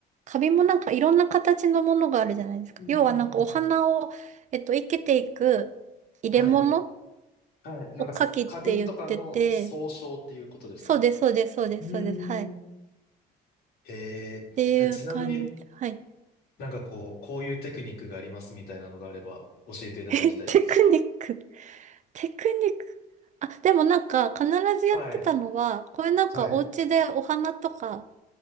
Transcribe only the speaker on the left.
ー、うんうんうん。
はい。はい。なんか、
花瓶とかの総称っていうことですかね。
うーん。
へええちなみに
なんかこう、こういうテクニックがありますみたいなのがあれば教えていただきたいです。
はい。
はい。